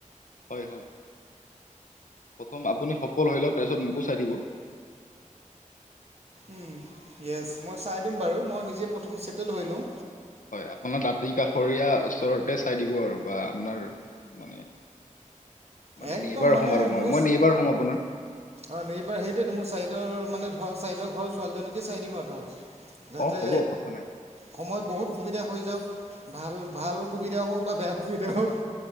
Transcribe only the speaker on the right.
উম য়েছ মই চাই দিম বাৰু মই নিজে প্ৰথম ছেটেল হৈ লওঁ।
একদম
মানে
মোৰ
অ নিৰবাৰ সেইটোয়ে মোৰ চাইডৰ মানে ধৰ চাইডৰ ঘৰৰ ছোৱালীজনীকে চাই দিম আৰু ধৰক। যাতে
সময়ত বহুত সুবিধা হৈ যাওক ভাল ভাল সুবিধাও হওক বা বেয়া সুবিধা হওক।